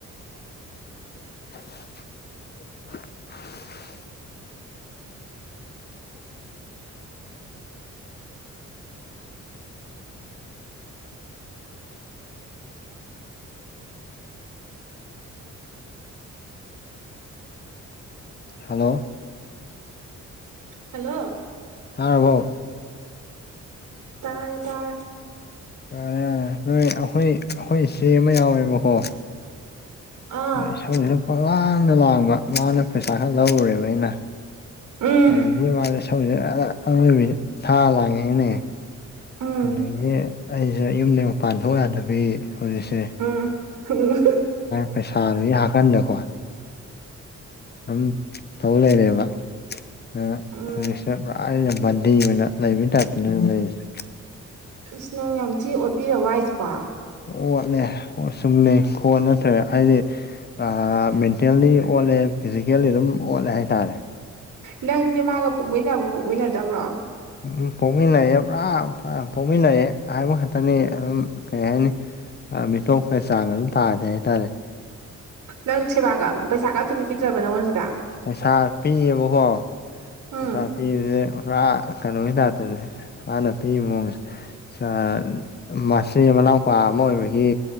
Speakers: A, on the left; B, on the right.
A: <unintelligible> ꯍꯜꯂꯣ
B: ꯍꯜꯂꯣ
A: ꯇꯥꯔꯕꯣ
B: ꯇꯥꯔꯦ ꯇꯥꯔꯦ
A: ꯌꯥꯔꯦ ꯌꯥꯔꯦ ꯅꯣꯏ ꯑꯈꯣꯏ ꯑꯈꯣꯏ ꯏꯆꯦ ꯑꯃ ꯌꯥꯎꯋꯦꯕꯀꯣ
B: ꯑꯥ
A: ꯏꯁꯧꯖꯤꯅ ꯄꯪꯂꯥꯡꯗ ꯂꯥꯡꯕ ꯃꯥꯉꯣꯟꯗꯩ ꯄꯩꯁꯥ ꯈꯔ ꯂꯧꯔꯨꯔꯦꯕ ꯑꯩꯅ
B: ꯎꯝ
A: ꯑꯗꯒꯤ ꯃꯥꯖꯦ ꯁꯧꯁꯦ ꯑꯔ ꯑꯔ ꯑꯔꯣꯏꯕꯤ ꯊꯥꯔ ꯂꯥꯡꯉꯦꯅꯦ
B: ꯎꯝ
A: ꯑꯗꯒꯤ ꯑꯩꯖꯦ ꯌꯨꯝꯗꯩ ꯃꯄꯥꯟ ꯊꯣꯛ ꯌꯥꯗꯕꯤ ꯍꯧꯖꯤꯛꯁꯦ
B: ꯎꯝ ꯎꯝ
A: ꯄꯩꯁꯥꯗꯨꯒꯤ ꯍꯥꯀꯟꯗꯀꯣ ꯑꯗꯨꯝ ꯇꯧ ꯂꯩꯔꯦꯕ ꯑꯗꯨꯅ
B: ꯎꯝ
A: ꯍꯧꯖꯤꯛꯁꯦ ꯄ꯭ꯔꯥ ꯑꯩꯅ ꯕꯟꯗꯦ ꯑꯣꯏꯅ ꯂꯩꯕꯩ ꯇꯥꯢꯞꯇꯅꯤ ꯂꯩꯖꯦ
B: ꯏꯁ ꯅꯪ ꯌꯥꯝ ꯊꯤ ꯑꯣꯠꯄꯤꯔꯕꯣ ꯍꯥꯏꯁꯤꯕꯣ
A: ꯑꯣꯠꯂꯦ ꯑꯣ ꯆꯨꯝꯃꯦ ꯈꯣꯠ ꯅꯠꯇ꯭ꯔꯦ ꯑꯥꯏꯗꯤ ꯑ ꯃꯦꯟꯇꯦꯜꯂꯤ ꯑꯣꯠꯂꯦ ꯐꯤꯖꯤꯀꯦꯜꯂꯤ ꯑꯗꯨꯝ ꯑꯣꯠꯂꯦ ꯍꯥꯏꯇꯥꯔꯦ
B: ꯅꯪꯖꯦ ꯃꯥꯒ ꯄꯣꯛꯃꯤꯟꯅꯕ꯭ꯔꯣ ꯄꯣꯛꯃꯤꯟꯅꯗꯕ꯭ꯔꯣ
A: ꯎꯝ ꯄꯣꯛꯃꯤꯟꯅꯩꯌꯦ ꯄꯨꯔꯥ ꯄꯣꯛꯃꯤꯟꯅꯩꯌꯦ ꯍꯥꯏꯕ ꯈꯇꯅꯤ ꯑꯗꯨꯝ ꯀꯩ ꯍꯥꯏꯅꯤ ꯑ ꯃꯤꯇꯣꯞꯀ ꯆꯥꯡ ꯑꯗꯨꯝ ꯇꯥꯗꯦ ꯍꯥꯏꯇꯥꯔꯦ
B: ꯅꯪ ꯁꯦꯕꯥꯒ ꯄꯩꯁꯥꯒ ꯑꯝꯇ ꯄꯤꯕꯤꯗ꯭ꯔꯕ ꯅꯪꯉꯣꯟꯁꯤꯗ
A: ꯄꯩꯁꯥ ꯄꯤꯌꯦꯕꯀꯣ
B: ꯎꯝ
A: ꯄꯩꯁꯥ ꯄꯤꯕꯖꯦ ꯄꯨꯔꯥ ꯀꯩꯅꯣꯒꯤ ꯇꯥꯢꯞꯇꯅꯦ ꯃꯥꯅ ꯄꯤꯕ ꯃꯑꯣꯡꯖꯦ ꯆ ꯃꯆꯦ ꯃꯅꯥꯎ ꯄꯥ ꯑꯃ ꯑꯣꯏꯕꯒꯤ